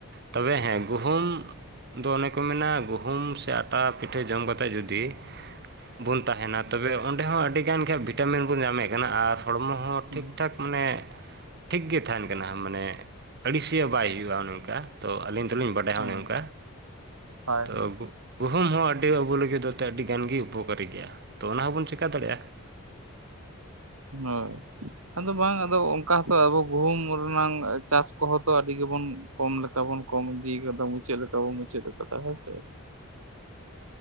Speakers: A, on the right; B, on the right.
A: ᱛᱚᱵᱮ ᱦᱮᱸ ᱜᱩᱦᱩᱢ ᱫᱚ ᱚᱱᱮ ᱠᱚ ᱢᱮᱱᱟ ᱜᱩᱦᱩᱢ ᱥᱮ ᱯᱟᱴᱟ ᱯᱤᱴᱷᱟᱹ ᱡᱚᱢ ᱠᱟᱛᱮ ᱡᱩᱫᱤ ᱵᱚᱱ ᱛᱟᱦᱮᱱᱟ ᱛᱚᱵᱮ ᱚᱸᱰᱮ ᱦᱚᱸ ᱟᱹᱰᱤ ᱜᱟᱱ ᱜᱮ ᱵᱷᱤᱴᱟᱢᱤᱱ ᱵᱚᱱ ᱧᱟᱢᱮᱜ ᱠᱟᱱᱟ ᱟᱨ ᱦᱚᱲᱢᱚ ᱦᱚᱸ
B: ᱦᱩᱸ
A: ᱴᱷᱤᱠ ᱴᱷᱟᱠ ᱢᱟᱱᱮ ᱴᱷᱤᱠ ᱜᱮ ᱛᱟᱦᱮᱸᱱ ᱠᱟᱱᱟ᱾ ᱢᱟᱱᱮ ᱟᱹᱲᱤᱥᱤᱭᱟᱹ ᱵᱟᱭ ᱦᱩᱭᱩᱜᱼᱟ᱾ ᱱᱚᱝᱠᱟ ᱛᱚ ᱟᱹᱞᱤᱧ ᱛᱚᱞᱤᱝ ᱵᱟᱰᱟᱭᱟ
B: ᱦᱳᱭ
A: ᱚᱱᱮ ᱚᱱᱠᱟ,
B: ᱦᱳᱭ
A: ᱛᱚ
B: ᱦᱳᱭ
A: ᱜᱩᱦᱩᱢ ᱦᱚᱸ ᱟᱹᱰᱤ ᱟᱵᱚ ᱞᱟᱹᱜᱤᱫ ᱟᱹᱰᱤ ᱜᱟᱱ ᱜᱮ ᱩᱯᱚᱠᱟᱨᱤ ᱜᱮᱭᱟ᱾ ᱛᱚ ᱚᱱᱟ ᱦᱚᱸᱵᱚᱱ ᱪᱮᱠᱟ ᱫᱟᱲᱮᱭᱟᱜᱼᱟ?
B: ᱦᱳᱭ ᱟᱫᱚ ᱵᱟᱝ ᱟᱫᱚ ᱚᱱᱠᱟᱛᱚ ᱟᱵᱚ ᱜᱩᱦᱩᱢ ᱨᱮ ᱨᱮᱱᱟᱜ ᱪᱟᱥ ᱠᱚᱦᱚᱸ ᱛᱚ ᱟᱹᱰᱤ ᱜᱮᱵᱚᱱ ᱠᱚᱢ ᱞᱮᱠᱟ ᱵᱚᱱ ᱠᱚᱢ ᱤᱫᱤᱠᱟᱫᱟ ᱢᱩᱪᱟᱹᱫ ᱞᱮᱠᱟ ᱛᱚ ᱢᱩᱪᱟᱫ ᱟᱠᱟᱫᱟ ᱦᱳᱭ ᱥᱮ